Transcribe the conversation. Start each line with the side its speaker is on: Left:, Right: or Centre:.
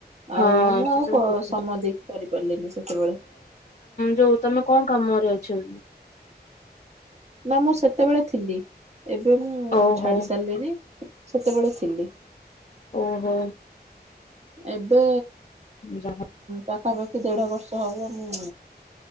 Left: ହଁ
Right: ଆଉ ମୁଁ
Left: ସେଟା
Right: ଆଉ
Left: ବି ଠିକ।
Right: ସମୟ ଦେଇକି କରି ପାର୍ଲିନି ସେତେବେଳେ।
Left: ଯଉ ତମେ କାମରେ ଅଛ?
Right: ନା ମୁଁ ସେତେବେଳେ ଥିଲି, ଏବେ ମୁଁ
Left: ଓହୋ
Right: ଛାଡ଼ି ସାର୍ଲିନି ସେତେବେଳେ ଥିଲି।
Left: ଓହୋ।
Right: ଏବେ
Left: ଯା
Right: ପାଖାପାଖି ଦେଢ଼ ବର୍ଷ ହବ। ମୁଁ